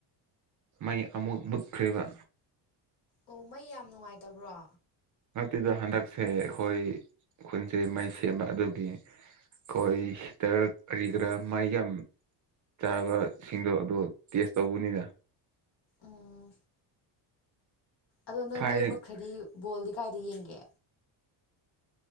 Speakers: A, on the right; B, on the left.
A: ꯃꯩ ꯑꯃꯨꯛ ꯃꯨꯠꯈ꯭ꯔꯦꯕ
B: ꯑꯣ ꯃꯩ ꯌꯥꯝ ꯅꯨꯡꯉꯥꯏꯇꯕ꯭ꯔꯣ
A: ꯅꯠꯇꯦꯗꯥ ꯍꯟꯗꯛꯁꯦ ꯑꯩꯈꯣꯏ ꯈꯨꯟꯁꯦ ꯃꯩ ꯁꯦꯝꯕ ꯑꯗꯨꯒꯤ ꯀꯣꯔꯤ ꯍꯤꯇꯔ ꯀꯔꯤ ꯀꯔꯥ ꯃꯥꯏ ꯌꯥꯝ ꯆꯥꯕꯁꯤꯡꯗꯣ ꯑꯗꯣ ꯇꯦꯁ ꯇꯧꯕꯅꯤꯗ
B: ꯎꯝ ꯑꯗꯣ ꯅꯣꯏ
A: ꯊꯥꯏ
B: ꯃꯩ ꯃꯨꯠꯈ꯭ꯔꯗꯤ ꯕꯣꯜꯗꯤ ꯀꯥꯏꯗ ꯌꯦꯡꯒꯦ